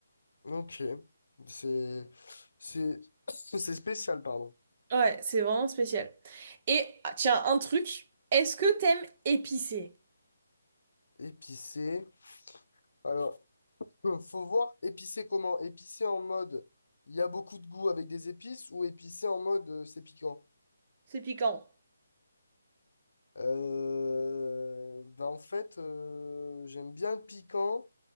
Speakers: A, on the left; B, on the right.
A: Ok. C'est c'est <clears throat> <coughs> c'est spécial, pardon.
B: Ouais, c'est vraiment spécial. Et ah, tiens, un truc. Est-ce que t'aimes épicé?
A: Épicé. Alors, <clears throat> faut voir épicé comment? Épicé en mode il y a beaucoup de goût avec des épices ou épicé en mode euh, c'est piquant?
B: C'est piquant.
A: Euh, ben en fait, euh, j'aime bien le piquant,